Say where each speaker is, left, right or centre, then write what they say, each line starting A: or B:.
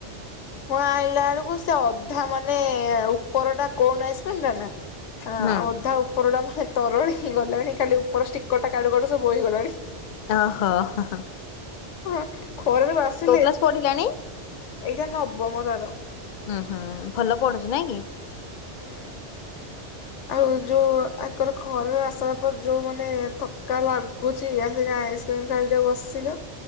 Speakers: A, on the left; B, on the left.
A: ହଁ ଆଣିଲା ବେଳକୁ ସେ ଅଧା ମାନେ ଉପର ଟା କନ ଆଇସ୍କ୍ରିମ ଟା ନା ଆ
B: ହୁଁ
A: ଅଧା ଉପର ଟା ମାନେ ତରଳି ହେଇ ଗଲାଣି ଖାଲି ଉପର ଷ୍ଟିକର ଟା କାଡୁ କାଡୁ ସବୁ ବୋହି ହେଇଗଲାଣି
B: ଓହୋ ହଁ ହଁ।
A: ହଁ ଖରାରୁ ଆସିଲେ
B: କ୍ଲାସ
A: ଏଇଟା
B: ପଢିଲାଣି?
A: ନବ ମ ତାର
B: ହୁଁ ହୁଁ ଭଲ ପଢୁଛି ନାଇଁ କି?
A: ହୁଁ। ଆଉ ଯୋଉ ଆକର ଘର ଆସିଲା ପରେ ଯୋଉ ମାନେ ଥକା ଲାଗୁଛି ଆସଙ୍ଗେ ସ ଗାଡ଼ିରେ ବସିଲୁ